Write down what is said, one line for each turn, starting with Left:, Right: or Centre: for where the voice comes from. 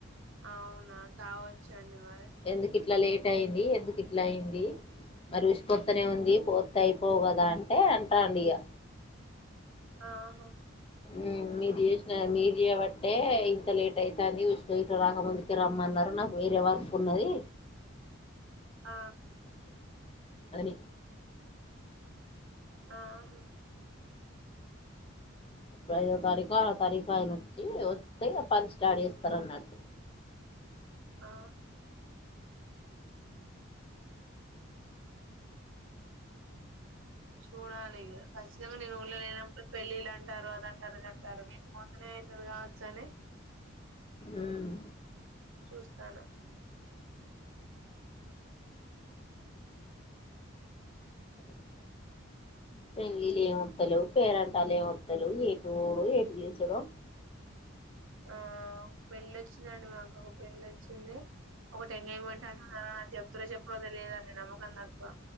Right: అ అవునా కావ వచ్చిఅండి మరి
Left: ఎందుకు ఇట్లా లేట్ అయింది ఎందుకు ఇట్లా అయింది మరి రుషి పొతనే ఉంది పూతి అయిపోవు కదా అంటే అంటాండి ఇక
Right: ఆహా
Left: ఉమ్ మీరు చేసిన మీరు చేయబట్టే ఇంత లేట్ అయితాంది ఉష్ ఇట్ రాకముందుకి రమ్మన్నారు నాకు వేరే వరకు ఉన్నది
Right: ఆ
Left: అని
Right: ఆ ఆహా
Left: ఇప్పుడు ఐదో తారీఖు ఆరో తారీఖు ఆయన వచ్చి వస్తే పని స్టార్ట్ చేస్తారు అన్నట్టు
Right: ఆ చూడాలిక ఖచ్చితంగా నేను ఊళ్ళో లేనప్పుడు పెళ్ళిళ్ళుంటారు అదంటారు ఇదంటారులు నేను పోతనే అవుతుంది చండి
Left: ఉమ్మ్
Right: చూస్తాను
Left: పెళ్లిలు ఏ ముత్తలు పేరంటాలు ఏ ముత్తలు ఏటు ఊడు ఏటు గసుడం
Right: ఆ పెళ్ళి వచ్చిందండి మాకు ఒక పెల్లి వచ్చింది ఒకటి ఎంగేజ్మెంట్ అంటున్న నాకు చెప్పద లేద నమ్మకం తక్కువ